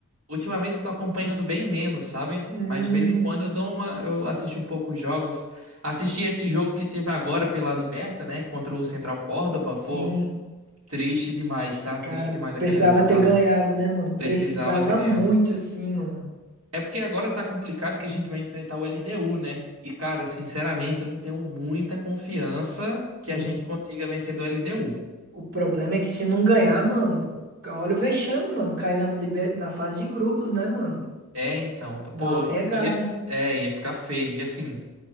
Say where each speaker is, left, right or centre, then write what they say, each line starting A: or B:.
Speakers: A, on the right; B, on the right.
A: ultimamente eu tô acompanhando bem menos, sabe?
B: Hum,
A: Mas de vez em quando eu dou uma, eu assisto um pouco os jogos. Assisti esse jogo que teve agora pela Liberta, né? Contra o Central Córdoba.
B: sim,
A: Pô, triste demais, tá? Triste
B: cara,
A: demais aquele
B: precisava
A: resultado.
B: ter ganhado, né, mano?
A: Precisava
B: Precisava
A: ter ganhado.
B: muito, sim, mano.
A: É porque agora tá complicado que a gente vai enfrentar o LDU, né? E, cara, sinceramente, eu não tenho muita confiança
B: Sim.
A: que a gente consiga vencer do LDU.
B: O problema é que se não ganhar, mano, olha o vexame, mano, cair na, liber- na fase de grupos, né, mano?
A: É, então,
B: Dá
A: pô,
B: uma pegada.
A: ia, f- é, ia ficar feio. E assim,